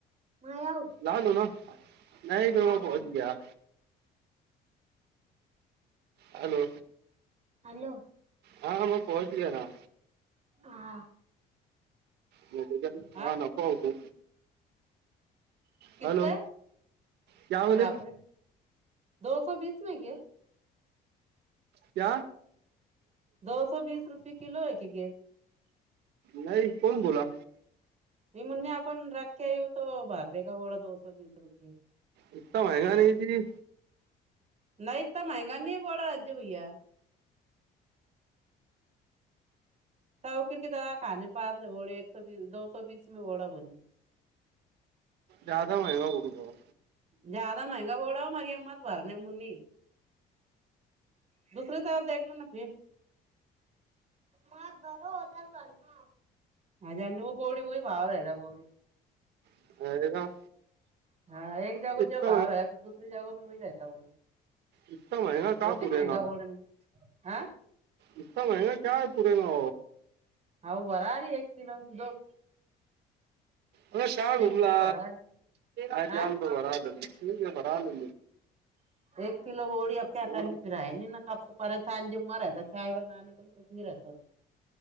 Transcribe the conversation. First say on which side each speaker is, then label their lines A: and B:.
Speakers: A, on the right; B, on the right.
A: माय आऊ
B: ला लो ना नाही ते
A: हाँ
B: म
A: लाल
B: पोहच ग हॅलो
A: हॅलो
B: हा मग पोहच गे ना
A: ह
B: मच्या
A: हाँ
B: हा नको होतो
A: किस्त
B: हॅलो
A: आहे
B: क्या बोले
A: बापरे दो सो बीस नाही गे
B: क्या
A: दो सो बीस रुपये किलो हे की गेस
B: नाही कोण बोला
A: मी म्हणणे आपण राख्या येऊ तो भार र का ोड दो स वीस रुपये
B: इता महंगा नाही जी
A: नाही तर महंगा नाही बडा राजी भैया तवखर क दवा खाने पा होढ एक सो बीस दो सो बीस मे होढा बोले
B: ज्यादा महगा बोलत
A: ज्यादा महंगग बोडा मारी अम् <inaudible> त भरणे मुनी दुसर तरकणार नक्की ना बरो होतर बर ना हज व बोडी वही बार आहेय बोडी
B: हो अरे ना
A: हा एक जग
B: इतना
A: जो भाव
B: मह
A: आहे दु जाोी व राहता
B: इतना महंगा का
A: होती
B: पुरेगा
A: मगा बोर्डन ह
B: इतता महगा क्या आहे पुरे ना
A: ह भरा र एक किलो दो
B: अ शा गुबला
A: एक किलो भरा रही
B: आ
A: हाँ
B: जामतो भरा ठीक आहे भराले
A: एक कलो बोडी आप्या कर
B: हाँ
A: की पिराय नि ना कप पर सां जुममा राहता ाय वन कु नाहीीहत